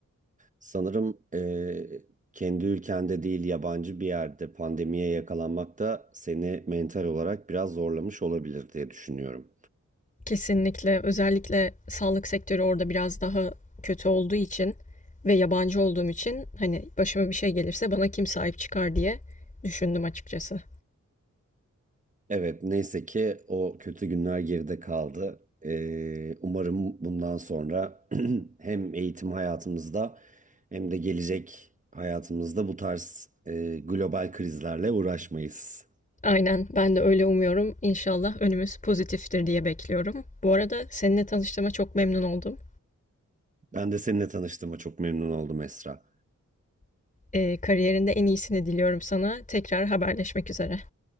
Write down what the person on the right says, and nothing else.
Sanırım eee, kendi ülkende değil yabancı bir yerde pandemiye yakalanmak da seni mental olarak biraz zorlamış olabilir diye düşünüyorum.
Evet neyse ki o kötü günler geride kaldı. Eee, umarım bundan sonra <clears throat> hem eğitim hayatımızda hem de gelecek hayatımızda bu tarz eee, global krizlerle uğraşmayız.
Ben de seninle tanıştığıma çok memnun oldum Esra.